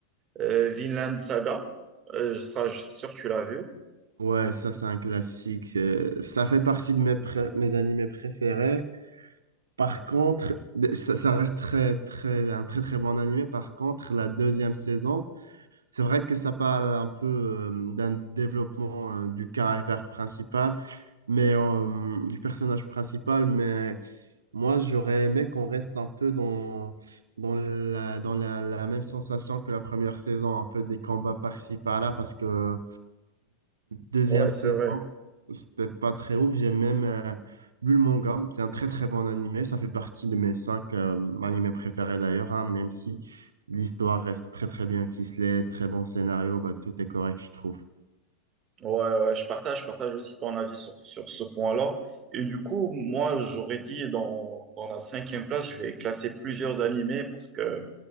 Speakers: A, on the right; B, on the right.
A: euh, Vinland Saga. Euh, ça, je suis sûr que tu l'as vu.
B: Ouais, ça, c'est un classique. euh, Ça fait partie de mes, pré- mes animés préférés. Par contre, ça, ça reste très, très, un très, très bon animé. Par contre, la deuxième saison. C'est vrai que ça parle un peu euh, d'un développement euh, du caractère principal, mais euh, du personnage principal, mais moi j'aurais aimé qu'on reste un peu dans, dans la, dans la, la même sensation que la première saison, un peu des combats par-ci par-là, parce que Deuxième
A: Ouais,
B: saison,
A: c'est vrai.
B: c'était pas très ouf. J'ai même euh, lu le manga. C'est un très très bon animé. Ça fait partie de mes cinq euh, animés préférés d'ailleurs, hein, même si l'histoire reste très très bien ficelée, très bon scénario, bah, tout est correct, je trouve.
A: Ouais, ouais, je partage, je partage aussi ton avis sur, sur ce point-là. Et du coup, moi, j'aurais dit dans, dans la cinquième place, je vais classer plusieurs animés parce que,